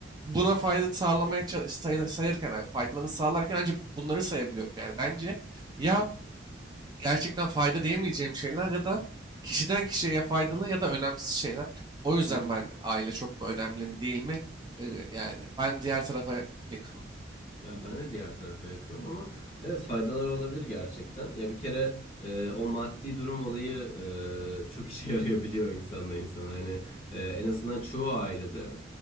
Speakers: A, on the right; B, on the left.
A: buna fayda sağlamaya çalış- say- sayırken abi, faydalarını sağlarken ancak bunları sayabiliyorum. Yani bence ya gerçekten fayda diyemeyeceğim şeyler ya da kişiden kişiye ya faydalı ya da önemsiz şeyler. O yüzden
B: Hı hı.
A: ben aile çok mu önemli mi değil mi? Ee, yani ben diğer tarafa yakınım.
B: Ya ben de diğer tarafa yakınım ama evet faydalar olabilir gerçekten. Ya bir kere e, o maddi durum olayı e, çok işe <laughs> yarayabiliyor insanla insana. Hani e, en azından çoğu ailede